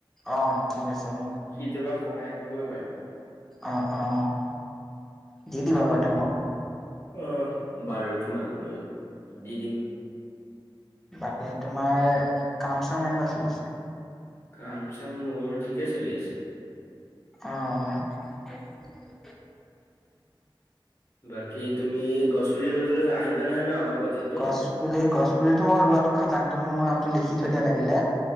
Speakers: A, in the centre; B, on the left.
A: অ ঠিক আছে মোক
B: সি কেতিয়াবা সহায় কৰিব পাৰিব।
A: অ', অ', দি দিবা বাৰু তেওঁ মোক।
B: অ', বাৰু তোমাক মই দি দিম।
A: বাকী তোমাৰ কাম চাম কেনেকুৱা চলিছে?
B: কাম চাম মোৰ ঠিকেই চলি আছে।
A: অহ। <inaudible>
B: বাকী তুমি গছ পুলি ৰুবলৈ আহিবা নহয় ন' আমাৰ প্ৰজেক্টটোত
A: গছপুলি গছপুলিটো মই ৰোৱাটো খাটাং তুমি মোৰ নামটো লিখি থৈ দিয়া লাগিলে।